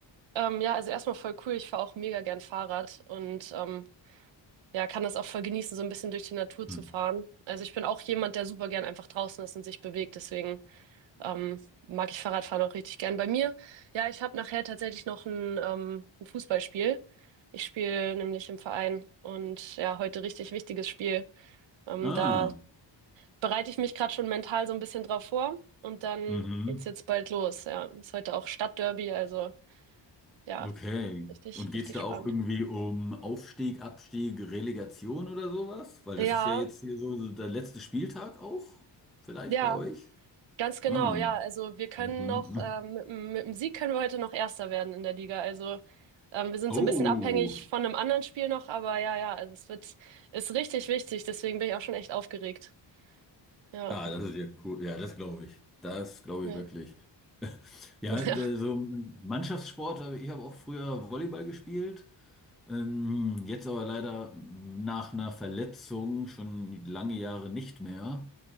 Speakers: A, on the right (about 80°); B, in the centre.
A: Ähm, ja, also erstmal voll cool. Ich fahre auch mega gern Fahrrad und ähm, ja, kann das auch voll genießen, so ein bisschen durch die Natur zu
B: Hm.
A: fahren. Also ich bin auch jemand, der super gern einfach draußen ist und sich bewegt. Deswegen ähm, mag ich Fahrradfahren auch richtig gern. Bei mir, ja, ich habe nachher tatsächlich noch ein, ähm, ein Fußballspiel. Ich spiele nämlich im Verein und ja, heute richtig wichtiges Spiel. Ähm,
B: Ah,
A: da bereite ich mich gerade schon mental so ein bisschen drauf vor und dann
B: mhm,
A: geht's jetzt bald los. Ja, ist heute auch Stadtderby, also ja,
B: okay.
A: richtig,
B: Und geht
A: richtig
B: es da
A: spannend.
B: auch irgendwie um Aufstieg, Abstieg, Relegation oder sowas? Weil
A: Ja,
B: das ist ja jetzt hier so so der letzte Spieltag auch, vielleicht
A: ja,
B: bei euch?
A: ganz genau,
B: Ah,
A: ja. Also wir können
B: mhm.
A: noch, ähm, mit, dem- mit dem Sieg können wir heute noch Erster werden in der Liga. Also ähm, wir sind
B: Oh,
A: so ein bisschen abhängig von einem anderen Spiel noch, aber ja, ja, also es wird, ist richtig wichtig, deswegen bin ich auch schon echt aufgeregt. Ja,
B: ah, das ist ja cool. Ja, das glaube ich. Das glaube
A: ja,
B: ich wirklich. Ja,
A: <laughs>
B: der-
A: ja.
B: so Mannschaftssport, aber ich habe auch früher Volleyball gespielt. Ähm, jetzt aber leider nach einer Verletzung schon lange Jahre nicht mehr.